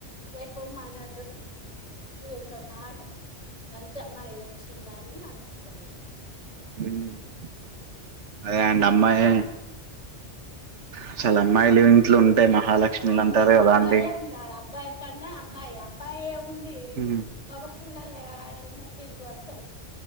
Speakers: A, on the left (about 30°); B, on the right (about 80°).
A: రేపు మన <unintelligible> ఇగ <unintelligible> మంచి అమ్మాయి వచ్చిందాని అనుకుంటారు
B: మ్మ్ అదే అండి అమ్మాయే
A: ఆ
B: అసలు
A: అవును
B: అమ్మాయిలు ఇంట్లో ఉంటే మహాలక్ష్మిీలు
A: అవును
B: అంటారు కదా
A: అమ్మాయే
B: అండి
A: ఉండాలి అబ్బాయి కన్నా అమ్మాయి అబ్బాయి ఉంది
B: ఉమ్
A: మగపిల్లలు యాడ తిన్న తిరిగి వస్తరు